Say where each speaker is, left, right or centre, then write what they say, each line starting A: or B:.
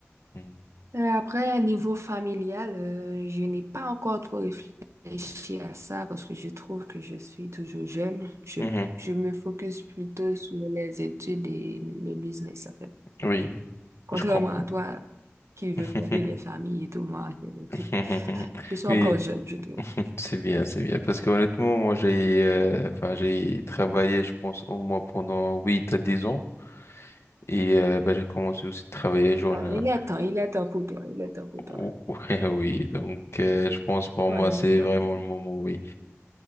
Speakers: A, on the left (about 65°); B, on the right (about 75°).
A: Mhm.
B: Et après, niveau familial, euh, je n'ai pas encore trop réfléchi à ça parce que je trouve que je suis toujours jeune. Je,
A: Mhm.
B: je me focus plutôt sur les études et le business, en fait.
A: Oui,
B: Contrairement
A: je comprends.
B: à toi qui veux
A: <laughs>
B: fonder des familles et tout, moi, je,
A: <laughs>
B: je je suis
A: Oui.
B: encore jeune, je trouve.
A: <laughs> C'est bien, c'est bien. Parce que honnêtement, moi, j'ai euh, enfin, j'ai travaillé, je pense, au moins pendant 8 à 10 ans. Et euh, bah, j'ai commencé aussi à travailler jeune.
B: Non,
A: hein.
B: il est temps, il est temps pour toi, il est temps pour toi.
A: Ou- <laughs> Ouais, oui. Donc, euh, je pense pour
B: Ouais,
A: moi, c'est
B: il est temps
A: vraiment
B: pour toi.
A: le moment, oui.